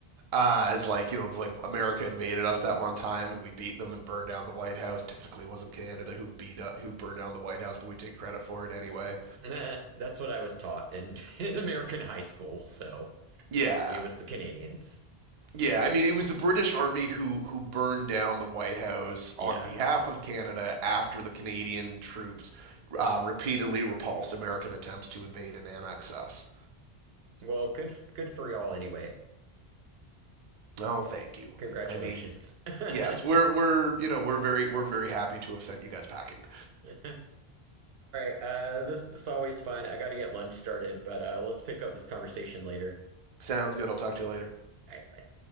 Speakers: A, on the right; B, on the right.
A: uh as like you know like america invaded us that one time and we beat them and burned down the white house technically it wasn't canada who beat up who burned down the white house but we take credit for it anyway
B: nah. That's what I was taught in, <laughs> in American high school, so
A: yeah
B: it was the Canadians.
A: Yeah, I mean, it was the British Army who who burned down the White House
B: Yeah,
A: on behalf
B: I know.
A: of Canada after the Canadian troops uh, repeatedly repulsed American attempts to invade and annex us.
B: Well, good good for y'all anyway.
A: Oh, thank you.
B: Congratulations.
A: I mean,
B: <laughs> All
A: yes, we're we're you know we're very we're very happy to have sent you guys packing.
B: right, uh, this this is always fun. I got to get lunch started, but uh, let's pick up this conversation later.
A: Sounds good. I'll talk to you later.
B: All right, bye.